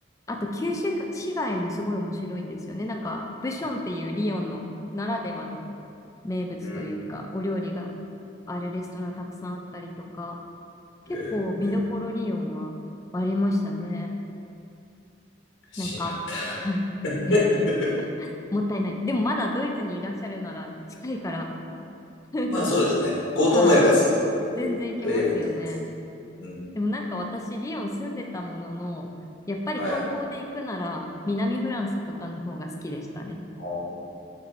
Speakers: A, on the left; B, on the left.
A: あと旧市市街もすごい面白いんですよね。なんか、ブションっていうリヨンのならではの名物というか、
B: うん。
A: お料理があるレストランたくさんあったりとか、結構見どころ理論はありましたね。
B: えーしまった。
A: なんか、はい。
B: <laughs>
A: うんもったいない。でもまだドイツにいらっしゃるなら近いから。<laughs>
B: まあそうですね。行こうと思えばすっと
A: はい。全然行けますよね。
B: 言えば行けますね。うん。
A: でもなんか私、リヨン住んでたものの、やっぱり観光で行くなら、
B: はい。
A: 南フランスとかの方が好きでしたね。
B: あー